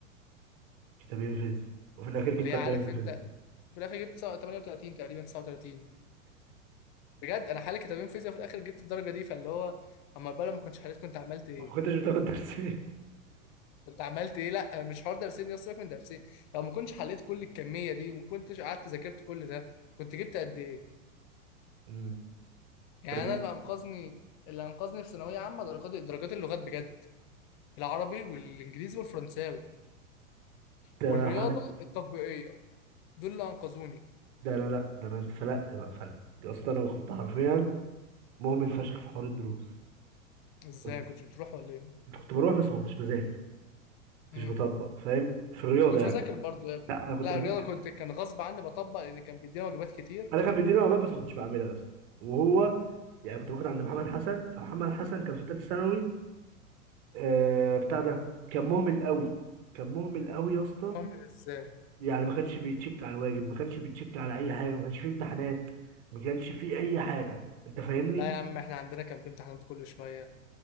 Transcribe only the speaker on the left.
اللي هي
عارف
انت في الاخر جبت 38 تقريبا 39 بجد انا حالي كتابين فيزياء في الاخر جبت الدرجه دي فاللي هو اما بقى لو ما كنتش حليت كنت عملت ايه
كنت عملت ايه لا مش حوار درسين يا سيبك من درسين لو ما كنتش حليت كل الكميه دي وما كنتش قعدت ذاكرت كل ده كنت جبت قد ايه
يعني
انا
اللي انقذني اللي انقذني في ثانويه عامه درجات درجات اللغات بجد العربي والانجليزي والفرنساوي
والرياضه
التطبيقيه دول اللي انقذوني
ازاي
كنتش بتروح ولا
ايه
ما كنتش
بذاكر برضه يا ابني
لا
الرياضه كنت كان غصب عني بطبق لان كان بيدينا واجبات كتير
مهم ازاي
لا يا عم احنا عندنا كان في امتحانات كل شويه